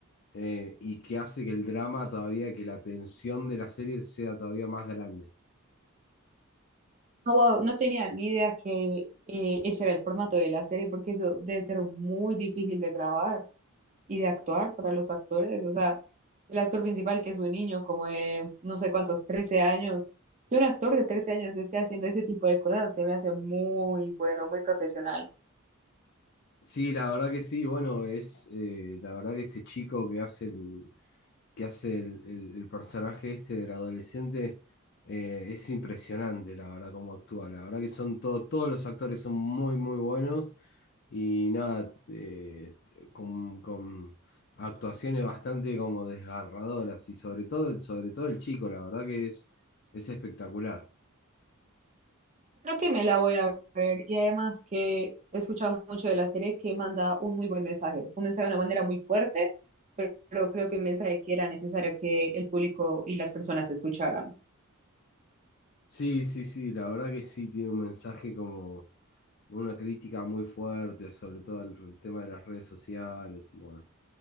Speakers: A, on the left; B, on the right.
A: eh, y que hace que el drama todavía, que la tensión de la serie sea todavía más grande.
B: No, wow, no tenía ni idea que eh, ese era el formato de la serie, porque eso debe ser muy difícil de grabar. y de actuar para los actores. O sea, el actor principal, que es un niño como de no sé cuántos, 13 años, que un actor de 13 años esté haciendo ese tipo de cosas, se me hace muy bueno, muy profesional.
A: Sí, la verdad que sí, bueno, es eh, la verdad que este chico que hace el, que hace el, el- el personaje este del adolescente eh, es impresionante, la verdad, cómo actúa. La verdad que son todo- todos los actores son muy, muy buenos y nada, eh, con, con actuaciones bastante como desgarradoras y sobre todo, el- sobre todo el chico, la verdad que es, es espectacular.
B: Creo que me la voy a ver y además que he escuchado mucho de la serie que manda un muy buen mensaje, un mensaje de una manera muy fuerte, pero, pero creo que un mensaje que era necesario que el público y las personas escucharan.
A: Sí, sí, sí, la verdad que sí, tiene un mensaje como una crítica muy fuerte, sobre todo el tema de las redes sociales y bueno,